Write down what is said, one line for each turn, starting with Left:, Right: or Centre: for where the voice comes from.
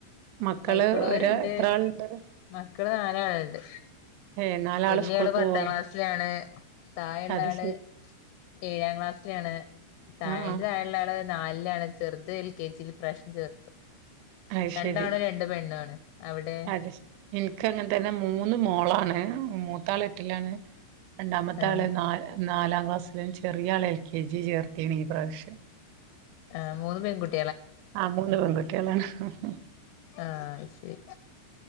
Right: മക്കള്
Left: കഴിക്കുന്നോരുണ്ട്.
Right: ഒരു എത്ര ആളുണ്ട്
Left: മക്കള് നാല് ആളുണ്ട്
Right: ഏ നാലാള്
Left: വലിയ
Right: സ്കൂൾ
Left: ആള് പത്താം
Right: പോവോ
Left: ക്ലാസ്സില് ആണ്. താഴെയുള്ള
Right: അത്
Left: ആള്
Right: ശരി
Left: ഏഴാം ക്ലാസ്സിലാണ്. അതിന്റെ
Right: ആ ആ
Left: താഴെള്ള ആള് നാലിലാണ്. ചെറുത് എൽ കെ ജി ല് ഇപ്രാവശ്യം ചേർത്ത്.
Right: അഹ് ശരി.
Left: രണ്ട് ആൺ. രണ്ട് പെണ്ണാണ്. അവിടെ?
Right: അത് ഇൻക്ക് അങ്ങനെ തന്നെ മൂന്ന് മോളാണ്. മൂത്താൾ എട്ടിലാണ്. രണ്ടാമത്തെ
Left: ആഹ്
Right: ആള് നല് നാലാം ക്ലാസ്. ചെറിയ ആളെ എൽ കെ ജി ചേർത്തീണ്. ഈ പ്രാവശ്യം.
Left: ആ. മൂന്ന് പെൺകുട്ടി.
Right: ആഹ. മൂന്ന് പെണ്ണ്. <unintelligible>
Left: ആ. അത് ശരി.